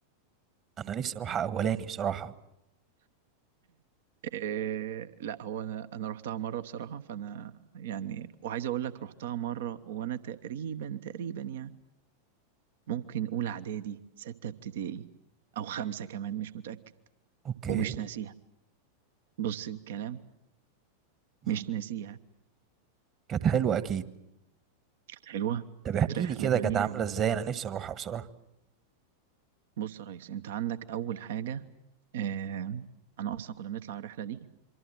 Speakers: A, on the right; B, on the right.
A: انا نفسي اروحها اولاني بصراحه
B: آه، لا هو انا انا رحتها مره بصراحه فانا يعني وعايز اقول لك رحتها مره وانا تقريبا تقريبا يعني ممكن اولى اعدادي سته ابتدائي او خمسه كمان مش متاكد
A: اوكي
B: ومش ناسيها بص الكلام
A: مم.
B: مش ناسيها
A: كانت حلوه اكيد
B: كانت حلوه
A: طب
B: كانت
A: احكي
B: رحله
A: لي كده
B: جميله
A: كانت عامله
B: جدا
A: ازاي انا نفسي اروحها بصراحه
B: بص يا ريس انت عندك اول حاجه اه انا اصلا كنا بنطلع الرحله دي